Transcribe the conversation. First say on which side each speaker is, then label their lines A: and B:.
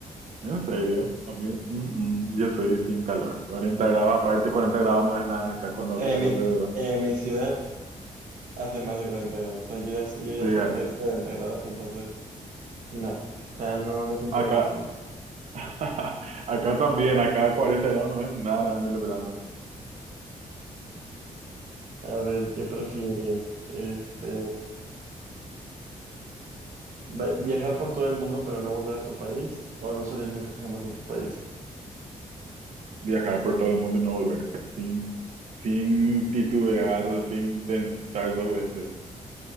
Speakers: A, on the right; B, on the right.
A: En serio, a mí, mm, mm, yo soy team calor. 40 grados, aparte 40 grados no es nada acá cuando
B: En
A: hace calor
B: mi,
A: de verdad.
B: en mi ciudad hace más de 40 grados. O sea, yo ya, yo ya
A: Sí,
B: sé
A: a-
B: que es 40 grados, entonces no. O sea, no, definitivamente.
A: acá,
B: no.
A: <laughs> acá también, acá 40 grados no es nada en el verano.
B: <laughs> A ver, ¿qué prefieres? Este, va- viajar por todo el mundo, pero no volver a tu país, o no salir nunca jamás de tu país.
A: Viajar por todo el mundo y no volver, sin, sin titubear, sin pensar dos veces.